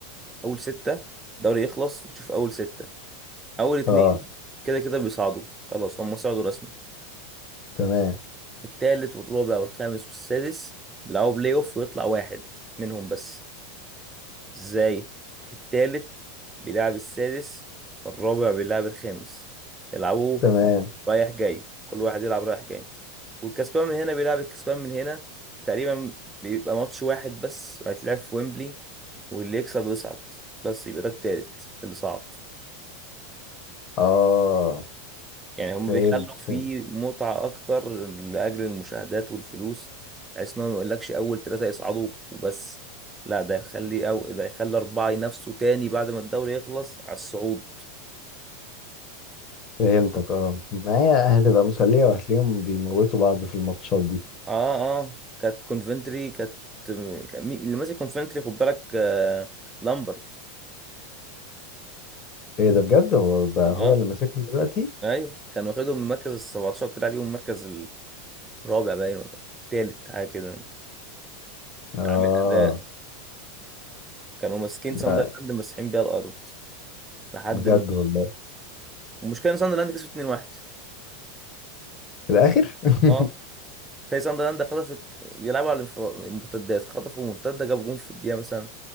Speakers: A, on the right; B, on the left.
A: اول ستة دوري يخلص تشوف اول ستة اول اتنين
B: اه
A: كده كده بيصعدوا خلاص هما صعدوا رسمي
B: تمام
A: التالت والرابع والخامس والسادس بيلعبوا بلاي اوف ويطلع واحد منهم بس ازاي التالت بيلعب السادس والرابع بيلعب الخامس يلعبوا
B: تمام
A: رايح جاي كل واحد يلعب رايح جاي والكسبان من هنا بيلعب الكسبان من هنا تقريبا بيبقى ماتش واحد بس هيتلعب في ويمبلي واللي يكسب يصعد بس يبقى ده التالت اللي صعد
B: اه
A: يعني هم
B: فهمت
A: بيخلوا
B: فهمت
A: فيه متعة أكتر لأجل المشاهدات والفلوس بحيث إنهم ميقولكش أول تلاتة يصعدوا وبس لا ده يخلي أو ده يخلي أربعة ينافسوا تاني بعد ما الدوري يخلص على الصعود
B: فهمتك اه ما هي هتبقى مسلية وهتلاقيهم بيموتوا بعض في الماتشات دي
A: آه آه كانت كونفنتري كانت كان مين- اللي ماسك كونفنتري خد بالك آه لامبرت
B: ايه ده بجد هو بقى
A: اه
B: هو اللي ماسكها دلوقتي
A: ايوه كان واخدهم من المركز ال 17 طلع بيهم المركز الرابع باين ولا التالت حاجه كده
B: اه
A: عامل اداء كانوا ماسكين ساندرلاند
B: لا
A: مسحين بيها الارض لحد
B: بجد
A: ما
B: والله
A: والمشكله ان ساندرلاند كسبت 2-1
B: في الاخر <laughs>
A: اه زي ساندرلاند خطفت بيلعبوا على الانفرا- المرتدات خطفوا مرتده جابوا جون في الدقيقه مثلا